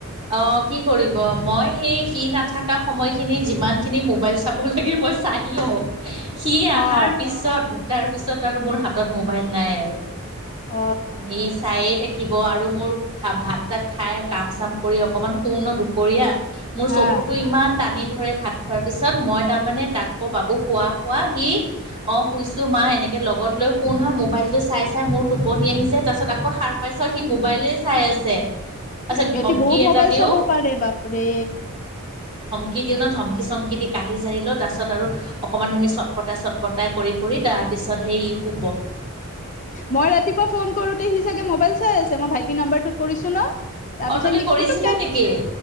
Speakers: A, on the right; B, on the left.
A: অ', কি কৰিব মই সেই সি নাথাকা সময়খিনি যিমান খিনি মোবাইল চাব লাগে মই চাই লওঁ। সি
B: অ
A: আহাৰ পিছত দুটাৰ পিছত আৰু মোৰ হাতত মোবাইল নাই আৰু।
B: অ
A: সি চায়ে থাকে। থাকিব আৰু মোৰ ভাত তাত খাই কাম চাম কৰি অকণমান শু ন' দুপৰীয়া। মোৰ
B: আহ
A: চকুটো ইমান তানি ধৰে ভাত খোৱাৰ পিছত মই তাৰ মানে তাকো বাবুক শুৱা, শুৱা সি অ', শুইছো মা এনেকে লগত লৈ শুও নহয় মোবাইল টো চাই, চাই মোৰ টোপনি আহি যায় তাৰ পিছত আকৌ সাৰ পাই চাওঁ সি মোবাইলে চাই আছে। তাৰপিছত
B: সিহঁতি
A: ধমকি
B: বহুত
A: এটা
B: মোবাইল
A: দিওঁ
B: চাব পাৰে বাপৰে।
A: কি দিওঁ ন' ধমকি চমকি দি কাহি চাহি লৈ তাৰপাছত আৰু অকনমান চটফটাই চটফটাই কৰি কৰি তাৰ পিছত সেই ই শু
B: মই ৰাতিপুৱা ফোন কৰোঁতে সি চাগে মোবাইল চাই আছে মই ভাইটিৰ নাম্বাৰটোত কৰিছো। ন' তাৰ
A: অঁ
B: পিছত
A: তুমি
B: সি
A: কৰিছিলা
B: পুতুককে
A: নেকি